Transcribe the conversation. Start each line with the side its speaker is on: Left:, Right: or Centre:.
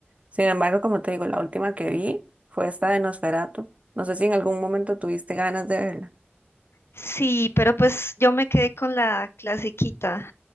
Right: Sin embargo, como te digo, la última que vi fue esta de Nosferatu. No sé si en algún momento tuviste ganas de verla,
Left: Sí, pero pues yo me quedé con la clasiquita,